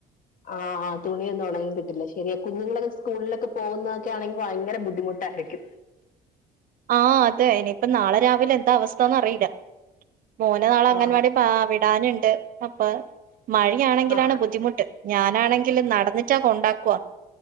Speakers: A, on the left; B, on the right.
A: ആഹ് ആ് തുണിയൊന്നും ഉടങ്ങി കട്ടില്ല ശരിയ കുഞ്ഞുങ്ങളൊക്കെ സ്കൂളിലൊക്കെ പോകുന്നതക്കെ ആണെങ്കിൽ ഭയങ്കര ബുദ്ധിമുട്ടായിരിക്കും
B: ആഹ് അതെ ഇനിയിപ്പ നാളെ രാവിലെ എന്താ അവസ്ഥന്നന്ന് അറിയില്ല മോന നാള അംഗൻവാടി
A: ആ
B: പാറി <unintelligible> ഇടാനുണ്ട് അപ്പൊ മഴയാണെങ്കിലാണ്
A: ആ,
B: ബുദ്ധിമുട്ട് ഞാനാണെങ്കിലും നടന്നിട്ടാ കൊണ്ടാക്കുവ